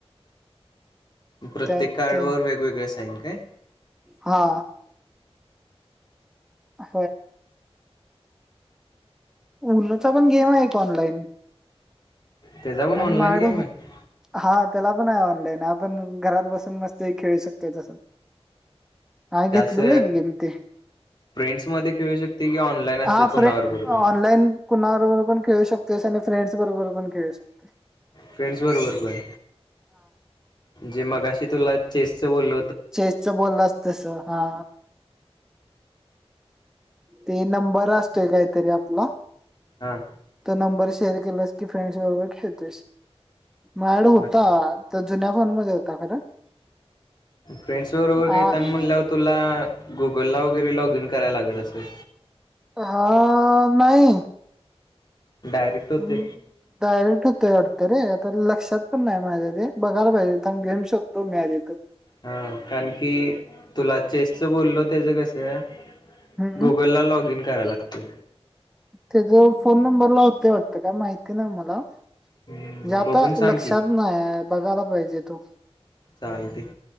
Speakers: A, on the left; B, in the centre.
A: प्रत्येक
B: त्यात
A: कार्ड वर वेगवेगळे साईन काय
B: हा अं उल्हाचा पण गेम आहे का ऑनलाइन
A: त्याचा पण
B: अ
A: ऑनलाईन
B: म
A: गेम आहे
B: हा तेला पण आहे ऑनलाईन आपण घरात बसून मस्त खेळू शकतो तस हा घेतलेला
A: जास्त
B: ग गमती
A: फ्रेंड्स मध्ये खेळू शकते की ऑनलाईन असते
B: हा
A: कोणावर
B: फरे
A: बरोबर
B: ऑनलाईन कुणार पण खेळू शकतेोस आणि फ्रेंड्स बरोबर पण खेळू शकतेस
A: फ्रेंड्स बरोबर पण म्हणजे मगाशी तुला चेस च बोलल
B: चेजचं बोललं असतस हा ते नंबर असतोय काहीतरी आपला
A: हा
B: तो नंबर शेअर के की फ्रेंडस वरे खळतेोस मायड होता
A: मग
B: तर जुन्या फोन मध्ये होता खरं
A: फ्रेंड्स बरोबर
B: आ-
A: घता म्हणल्या तुला गु गोल््हावगैरी लॉग इन करायला लागल असे
B: हा नाही
A: डायरेक्ट होते
B: हम् डायरेक्ट होते वाट तरे आता लक्षात पण नाही माझ्या ते बघायला पाहिजेथ घेऊ शोधतो मी आधीथून
A: हा कारण की तुला चेसच बोललो त्याच कसं
B: हम्म
A: गुगलला लॉग इन कराय लागते
B: त्याचा फोन नंबरला होते वाटतं का माहिती ना मला म्हणजे
A: हम्म,
B: आता
A: बघून सांग
B: लक्षात
A: की
B: नाही बघायला पाहिजे तो
A: चालते